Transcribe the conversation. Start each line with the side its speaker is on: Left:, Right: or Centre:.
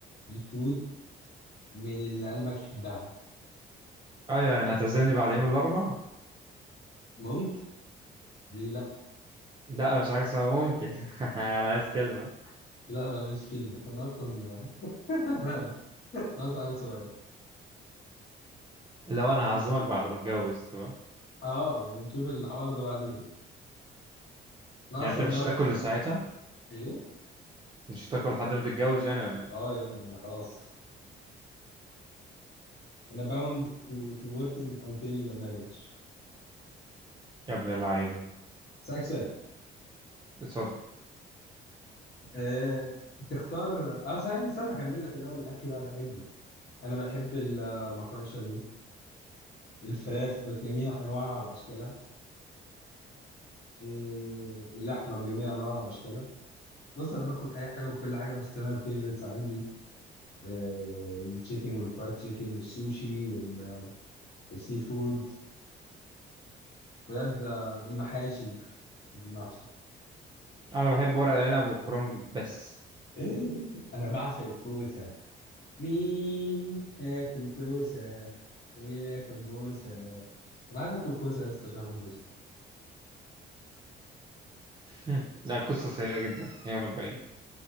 Left: سي فود من اللي قلبك يحبها
Right: ايوه يعني هتعزمني بعد يوم الاربع
Left: ممكن ليه لا
Right: لا مش حاجه اسمها ممكن <laughs> انا عايز كلمه
Left: لا لا ماليش كلمه انا اصلا <laughs> انا اصلا قاعد صغير
Right: لو انا هعزمك بعد ما اتجوز طبعا
Left: اه يعني نشوف الحوار ده بعدين انا
Right: يعني
Left: اصلا
Right: انت مش
Left: رايح
Right: هتاكل ساعتها
Left: ايه
Right: مش هتاكل لحد ما تتجوز يعني ولا إيه؟
Left: اه يا ابني انا خلاص انا باوند تو تو وركينج انتل ماريج
Right: يا ابن اللعيبه
Left: اسالك سؤال
Right: اتفضل
Left: آه، تختار اه صحيح استنى اكمل لك الاول الاكل اللي انا بحبه انا بحب المكرونه بشاميل الفراخ بجميع انواعها واشكالها إيه، اللحمه بجميع انواعها واشكالها بص انا باكل اي حاجه وكل حاجه بس انا الفيفوريتس عندي آه، التشيكن والفرايد تشيكن والسوشي وال- والسي فود بجد آه، المحاشي المحشي
Right: انا بحب ورق العنب والكرنب بس
Left: <laughs> انا بعشق الكوسه مين هياكل كوسه وياكل بوسه انا عايز اكل كوسه بس عشان اكل بوسه
Right: مم. لا القصة سيئة جدا هي والباقيين